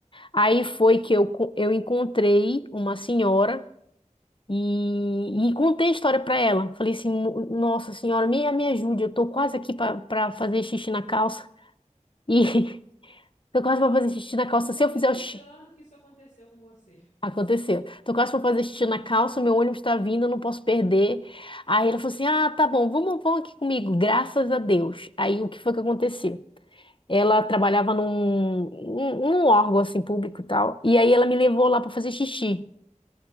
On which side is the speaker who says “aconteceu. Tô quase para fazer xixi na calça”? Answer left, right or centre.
Left